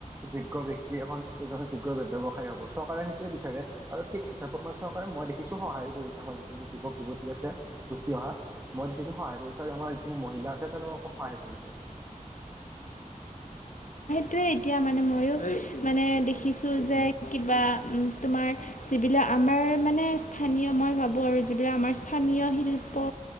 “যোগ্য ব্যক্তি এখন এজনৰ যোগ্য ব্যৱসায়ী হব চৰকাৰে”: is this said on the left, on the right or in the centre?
Right